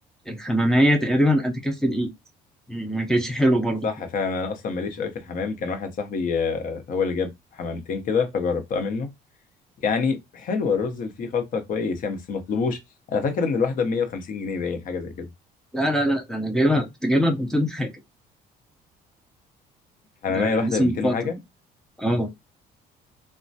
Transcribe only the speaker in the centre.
الحمامية تقريبا قد كف الإيد م- ما كانتش حلو برضه
لا لا لا ده أنا جايبها كنت جايبها ب 200 حاجة
ده
لسه
من فترة
اه